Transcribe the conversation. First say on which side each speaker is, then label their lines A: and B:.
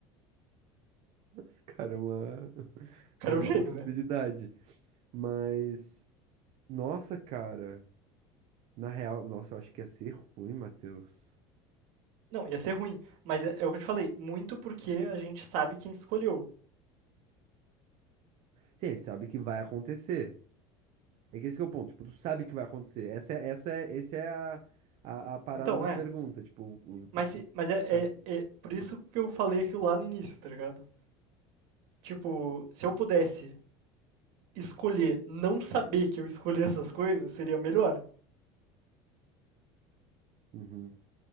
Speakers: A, on the right; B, on the right.
A: <laughs> Cara, é uma, <laughs>
B: O cara
A: é uma
B: é um gênio,
A: possibilidade.
B: né?
A: Mas, nossa, cara, na real, nossa, eu acho que ia ser ruim, Matheus.
B: Não, ia ser ruim. Mas é, é o que eu te falei, muito porque a gente sabe quem escolheu.
A: Sim, a gente sabe que vai acontecer. É que esse que é o ponto, tipo, tu sabe que vai acontecer. Essa é, essa é, essa é a, a, a parada
B: Então,
A: da
B: é.
A: pergunta, tipo, o- tu,
B: Mas,
A: tu
B: se- mas é, é-
A: tá-
B: é por isso que eu falei aquilo lá no início, tá ligado? Tipo, se eu pudesse escolher não saber que eu escolhi essas coisas, seria melhor.
A: Uhum.